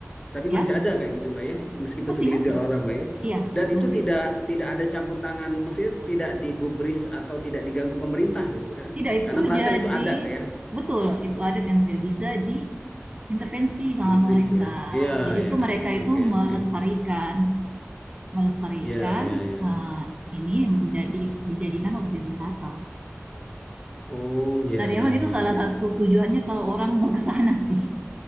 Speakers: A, on the left (about 20°); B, on the right (about 25°).
A: tapi
B: ya
A: masih ada kayak gitu mbak ya meskipun
B: masih
A: segelintir
B: masih
A: orang mbak ya
B: iya
A: dan itu
B: masih
A: tidak tidak ada campur tangan maksudnya tidak digubris atau tidak diganggu pemerintah gitu kan
B: tidak
A: karena
B: itu
A: merasa
B: jadi
A: itu adat ya
B: betul itu adat yang tidak bisa diintervensi sama
A: gubris
B: pemerintah.
A: ya iya
B: Ya justru
A: iya
B: mereka
A: iya
B: itu
A: oke
B: melestarikan
A: oke
B: melestarikan
A: iya iya iya
B: eh, ini untuk jadi dijadikan objek wisata.
A: oh iya
B: Dan
A: iya
B: emang itu
A: iya
B: salah
A: iya
B: satu tujuannya kalau orang mau ke sana sih.